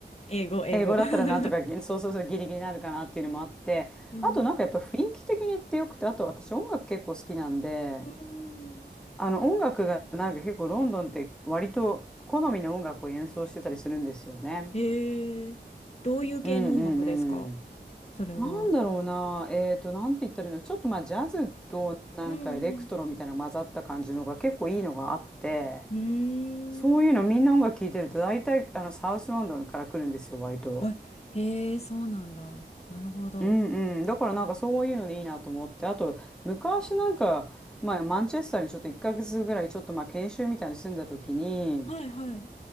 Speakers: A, on the left; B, in the centre.
A: 英語、英語。
B: 英語だったらなんとか、
A: <laughs>
B: ぎそうそうそう、ギリギリになるかなっていうのもあって、
A: うん。
B: あとなんかやっぱ雰囲気的にってよくて、あと私音楽結構好きなんで、
A: うーん。
B: あの音楽がなんか結構ロンドンって割と好みの音楽を演奏してたりするんですよね。
A: へえ。どういう系の音楽ですか
B: うんうん
A: それは。
B: なんだろうな、えーと、なんて言ったらいいの、ちょっとまあジャズとなんかエレクトロみたいな混ざった感じのが結構いいのがあって、
A: うんうん。うーん。
B: そういうのみんな音楽聴いてると大体あのサウスロンドンから来るんですよ、割と。
A: あ、へえ、そうなんだ。なるほど。
B: うんうん。だからなんかそういうのでいいなと思って、あと昔なんか、まあ、マンチェスターにちょっと1ヶ月ぐらいちょっとまあ研修みたいに住んだ時に、
A: はいはい。